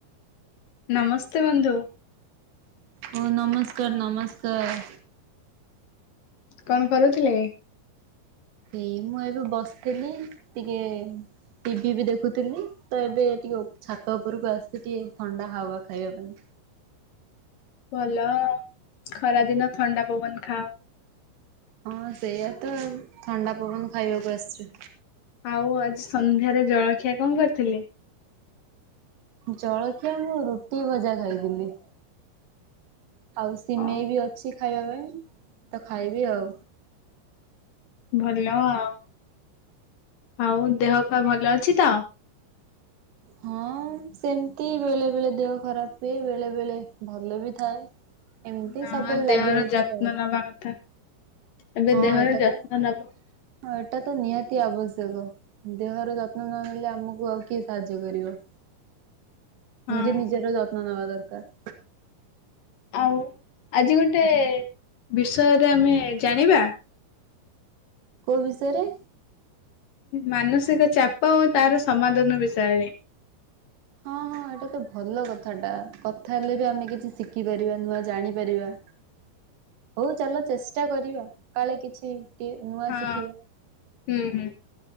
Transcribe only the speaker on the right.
ହଉ ନମସ୍କାର ନମସ୍କାର!
ହେଇ ମୁଁ ଏବେ ବସିଥିଲି ଟିକେ ଟିଭି ବି ଦେଖୁଥିଲି! ତ ଏବେ ଟିକେ ଛାତ ଉପରକୁ ଆସିଚି ଟିକେ ଥଣ୍ଡା ହାୱା ଖାଇବା ପାଇଁ।
ହଁ ସେଇଆତ ଆଉ! ଥଣ୍ଡା ପବନ ଖାଇବାକୁ ଆସିଚୁ।
ଜଳଖିଆ ମୁଁ ରୁଟି ଭଜା ଖାଇଥିଲି। ଆଉ ସିମେଇ
ବି ଅଛି ଖାଇବା ପାଇଁ ତ ଖାଇବି ଆଉ
ହଁ ସେମିତି ବେଳେ ବେଳେ ଦେହ ଖରାପ ହୁଏ ବେଳେ ବେଳେ ଭଲ ବି ଥାଏ ଏମିତି
ସବୁବେଳେ ଲାଗି
ରହିଥାଏ
ଆଉ
ହଁ
ଏଇଟା
ତ ହଁ
ଏଇଟା ତ ନିହାତି ଆବଶ୍ୟକ। ଦେହର ଯତ୍ନ ନ ନେଲେ ଆମକୁ ଆଉ କିଏ ସାହାଯ୍ୟ କରିବ।
ନିଜେ ନିଜର ଯତ୍ନ ନବା ଦରକାର।
କୋଉ ବିଷୟରେ?
ହଁ ହଁ ଏଇଟା ତ ଭଲ କଥାଟା କଥା ହେଲେ ବି ଆମେ କିଛି ଶିଖିପାରିବା ନୂଆ ଜାଣିପାରିବା
ହଉ ଚାଲ ଚେଷ୍ଟା କରିବା କାଳେ କିଛି ଟିକେ ନୂଆ
ଶିଖିବା